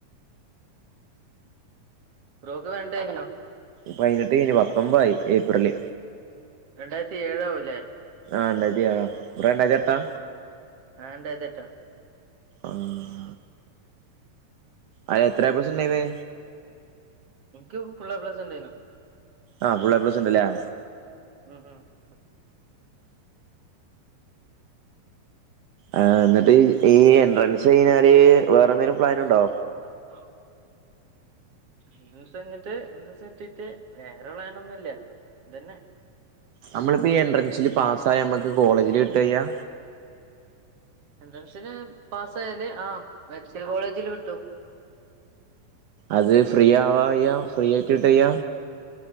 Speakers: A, on the right (about 45°); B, on the right (about 85°).
A: ബ്രോക്ക് പയിനെട്ട് കയിഞ്ഞോ?
B: പൈനെട്ട് കയ്ഞ് പത്തൊമ്പ ആയി ഏപ്രില്
A: രണ്ടായിരത്തി ഏഴാവൂല്ലേ
B: ആണ്ടതി രണ്ടായിരത്തി ഏട്ടാ
A: ആഹ് <unintelligible> ആഹ് രണ്ടായിത്തി ഏട്ടാ
B: ആഹ് അ എത്ര പ്ലസ് ഉണ്ടായിന്ന്
A: എനിക്ക് ഫുള്ളാ പ്ലസ ഉണ്ടായിനോ
B: ആ ഫുള്ള പ്ലസ് ഉണ്ടല്ലേ
A: ഉം ഉം ഉം
B: ആ എന്നിട്ട് ഈ എൻട്രൻസ് കഴിഞ്ഞാല് വേറെ എന്തേങ്കിലും പ്ലൻ ഉണ്ടോ
A: പ്ലാണ്ടോ എ ദിവസ <unintelligible> കിട്ടീട്ട് വേറെ പ്ലാനൊന്നുല്ല ഇതന്നെ
B: നമ്മളിപ്പോ എൻട്രൻസിൽ പാസ ആയ നമുക്ക് കോളേജിൽ കിട്ടുകയ്യാ
A: എൻട്രൻസില് പാസ് ആയല് ആ മെഡിക്കൽ കോളേജില് കിട്ടും
B: അത് ഫ്രീ ആവാ അ്യ്യാ ഫ്രീ ആയിട്ടിട്ട്യ്യ